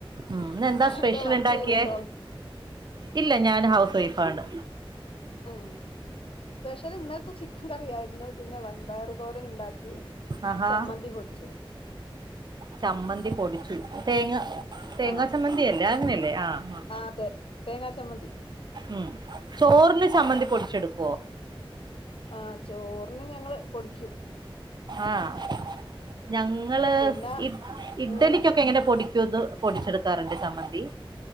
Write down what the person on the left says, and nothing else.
എന്തോ വർക്ക്
ചെയ്യുന്നുണ്ടോ
ഉം സ്പെഷ്യല് ഇന്നലത്തെ ചിക്കൻ കറി ആയിരുന്നു പിന്നെ വൻപയർ തോരൻണ്ടാക്കി
ചമ്മന്തി പൊടിച്ച്
ആഹ്
അതെ തേങ്ങാ ചമ്മന്തി
ആഹ് ചോറിന് ഞങ്ങള് പൊടിക്കും
പിന്നെ
ഉം